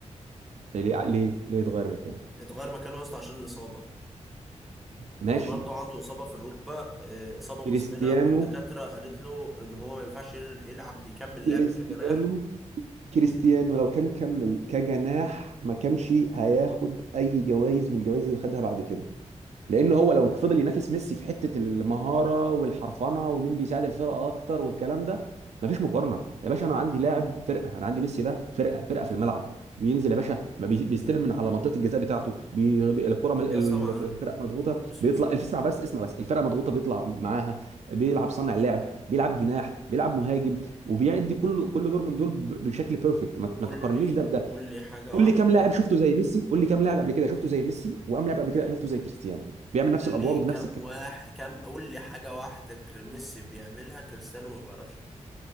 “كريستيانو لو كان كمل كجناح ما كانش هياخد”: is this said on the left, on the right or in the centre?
Right